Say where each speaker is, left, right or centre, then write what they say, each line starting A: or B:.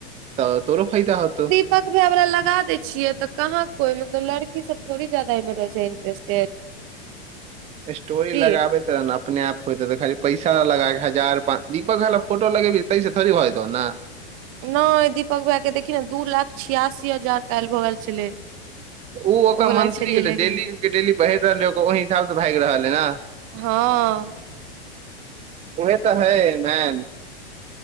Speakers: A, on the right; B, on the right.
A: तऽ तोरो फायदा होतौ।
B: <unintelligible> लगा दै छियै तऽ कहाँ कोइ मतलब लड़की सब थोड़ी जादा एहि मे रहय छैय इंटरेस्टेड। <inaudible>
A: स्टोरी
B: की
A: लगाबे ने अपने आप होतै तऽ खाली पैसा लगा हजार पान दीपक हाल फोटो लगाएबिहि तैस थड़ी होयतौ ओना।
B: नहि दीपक भैयाके देखी ने दू लाख छियासी हजार काल्हि भऽ गेल छलै।
A: उ ओकर
B: ओ वला
A: मंथली
B: छलियै
A: गेल हेतै
B: लेकिन
A: डेलीके डेली पहिरि रहलै ओकर ओहि हिसाबसँ भागि रहल हय ने।
B: हँ
A: उहे तऽ हय मेन।